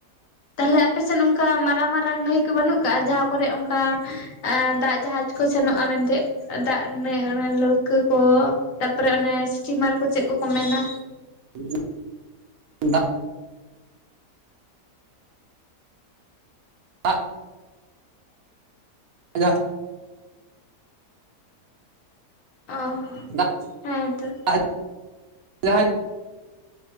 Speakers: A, on the left; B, on the right.
A: ᱛᱟᱦᱞᱮ ᱟᱯᱮᱥᱮᱫ ᱚᱱᱠᱟ ᱢᱟᱨᱟᱝ ᱢᱟᱨᱟᱝ ᱱᱟᱹᱭ ᱠᱚ ᱵᱟᱹᱱᱩᱜ ᱠᱟᱜ-ᱟ ᱡᱟᱦᱟᱸ ᱠᱚᱨᱮ ᱚᱝᱠᱟ ᱟᱸ ᱫᱟᱜ ᱡᱟᱦᱟᱸ ᱠᱚ ᱥᱮᱱᱚᱜ-ᱟ ᱢᱮᱱᱛᱮᱜ, ᱫᱟᱜ ᱵᱟᱹᱭ ᱱᱟᱹᱭ ᱚᱱᱟ ᱞᱟᱹᱣᱠᱟᱹ ᱠᱚ ᱛᱟᱯᱚᱨᱮ ᱚᱱᱮ ᱥᱴᱤᱢᱟᱨ ᱠᱚ ᱪᱮᱫ ᱠᱚᱠᱚ ᱢᱮᱱᱟ?
B: ᱩᱸᱦᱩᱸᱜ, ᱫᱟᱜ, ᱫᱟᱜ ᱤᱧᱟᱜ
A: ᱚ
B: <unintelligible>
A: ᱦᱮᱸᱛᱚ